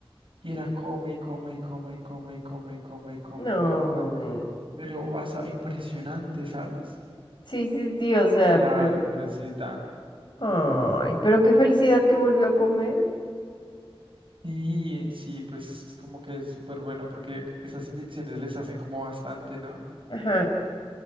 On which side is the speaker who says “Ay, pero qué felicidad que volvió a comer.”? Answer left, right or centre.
Left